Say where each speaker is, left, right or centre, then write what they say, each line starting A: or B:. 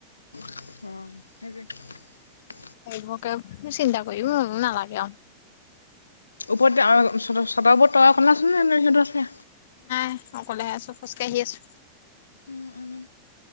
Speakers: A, on the left (about 80°); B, on the left (about 55°).
A: অ সেইটোৱে ঠ ঠ ঠক <unintelligible>
B: মোকে চিন্তা কৰিম ম নালাগে আও।
A: ওপৰত গৈ আৰু ছদৰ ছাদৰ ওপৰত তই অকলে আছিলে নে নে সিহঁতেও আছিলে?
B: নাই অকলে আছো খোজ কাঢ়ি আছো।
A: উম উম এ